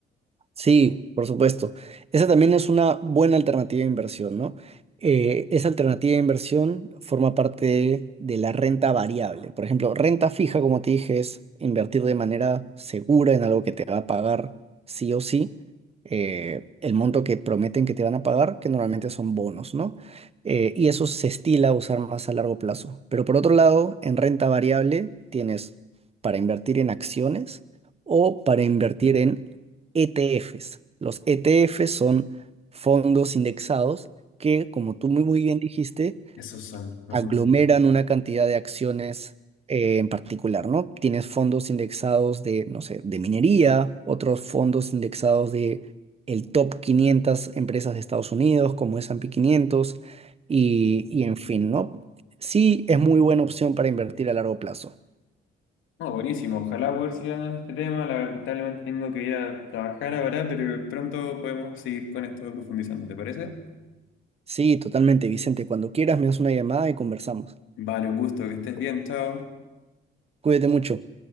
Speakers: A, on the right; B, on the left.
A: Sí, por supuesto. Esa también es una buena alternativa de inversión, ¿no? Eh, esa alternativa de inversión forma parte de la renta variable. Por ejemplo, renta fija, como te dije, es invertir de manera segura en algo que te va a pagar sí o sí, eh, el monto que prometen que te van a pagar, que normalmente son bonos, ¿no? Eh, y eso se estila a usar más a largo plazo. Pero por otro lado, en renta variable tienes para invertir en acciones o para invertir en ETFs. Los ETFs son fondos indexados que, como tú muy, muy bien dijiste,
B: Esos son los
A: aglomeran
B: fundamentos.
A: una cantidad de acciones eh, en particular, ¿no? Tienes fondos indexados de, no sé, de minería, otros fondos indexados de el top 500 empresas de Estados Unidos, como S&P quinientos y, y en fin, ¿no? Sí, es muy buena opción para invertir a largo plazo.
B: No, buenísimo. Ojalá poder seguir hablando de este tema. Lamentablemente tengo que ir a trabajar ahora, pero pronto podemos seguir con esto profundizando. ¿Te parece?
A: Sí, totalmente, Vicente. Cuando quieras me das una llamada y conversamos.
B: Vale, un gusto. Que estés bien. Chao.
A: Cuídate mucho.